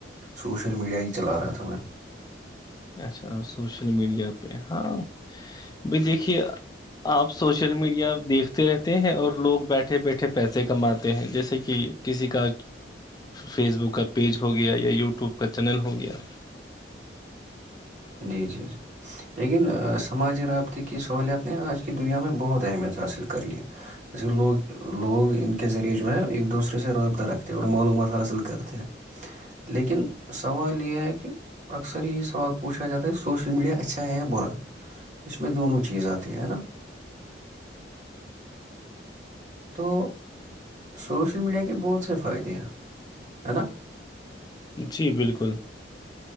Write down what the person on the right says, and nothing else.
سوشل میڈیا ہی چلا رہا تھا میں
جی جی جی لیکن سماجی رابطے کی سہولیات نے آج کی دنیا میں بہت اہمیت حاصل کر لی جیسے لوگ لوگ ان کے ذریعے جو ہے ایک دوسرے سے رابطہ رکھتے ہیں اور معلومات حاصل کرتے ہیں لیکن سوال یہ ہے کہ اکثر یہی سوال پوچھا جاتا ہے سوشل میڈیا اچھا ہے برا اس میں دونوں چیزیں اتی ہیں نا تو سوشل میڈیا کے بہت سے فائدے ہیں نا